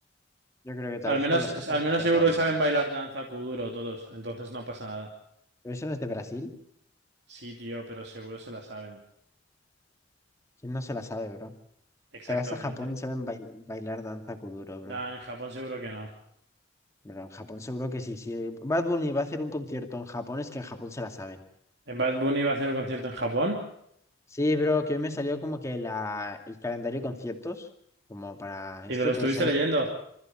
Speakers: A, on the left; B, on the right.
A: yo creo que tal
B: al
A: vez
B: menos,
A: por los Sajas
B: al menos
A: intentaría.
B: seguro que saben bailar danza kuduro todos, entonces no pasa nada.
A: ¿Pero eso no es de Brasil?
B: Sí, tío, pero seguro se la saben.
A: ¿Quién no se la sabe, bro?
B: Exactamente.
A: Te vas a Japón y saben bail- bailar danza kuduro, bro.
B: Nah, en Japón seguro que no.
A: Pero en Japón seguro que sí. Si Bad Bunny va a hacer un concierto en Japón, es que en Japón se la saben.
B: En Bad Bunny iba a hacer un concierto en Japón.
A: Sí, bro, que hoy me salió como que la, el calendario de conciertos, como para
B: ¿Y
A: esto,
B: te lo
A: entonces
B: estuviste
A: ahí...
B: leyendo?